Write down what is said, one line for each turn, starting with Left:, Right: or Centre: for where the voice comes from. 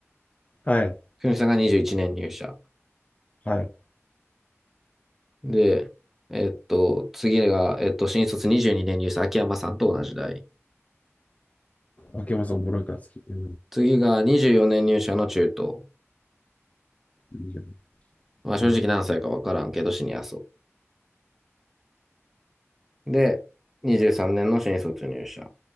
Left: はい、
Centre: くすみさんが21年入社。
Left: はい。
Centre: で、えっと、次が、えっと、新卒22年入社、秋山さんと同じ代。
Left: 秋山さんおもろいから好き。うん。
Centre: 次が24年入社の中東。
Left: いいよね
Centre: まあ正直何歳かわからんけど、
Left: ほい、
Centre: シニア層。で、23年の新卒入社。